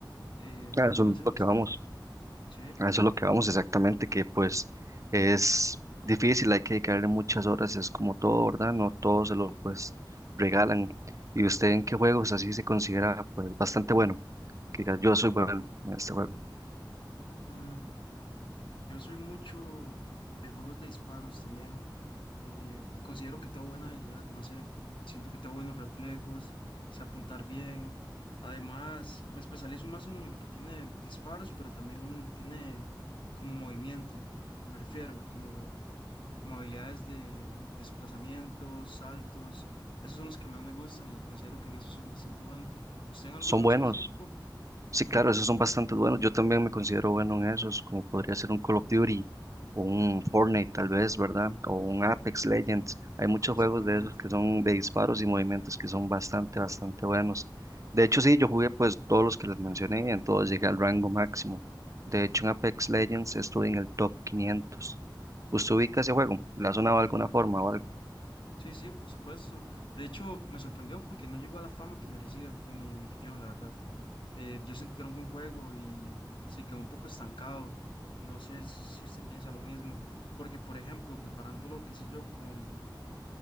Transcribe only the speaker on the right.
A eso
es
lo que vamos,
a eso es lo que vamos exactamente, que pues es difícil, hay que dedicarle muchas horas, es como todo, ¿verdad? No todo se lo pues regalan. ¿Y usted en qué juegos así se considera pues bastante bueno? Que diga, yo soy bueno en este juego.
Son
buenos.
Sí, claro, esos son bastante buenos. Yo también me considero bueno en esos, como podría ser un Call of Duty o un Fortnite tal vez, ¿verdad? O un Apex Legends. Hay muchos
juegos de esos que son de disparos y movimientos que son bastante, bastante buenos. De hecho, sí, yo jugué pues todos los que les mencioné y en todos llegué al rango máximo. De hecho, en Apex Legends estuve en el top 500. ¿Usted ubica ese juego? ¿Le ha sonado de alguna forma o algo?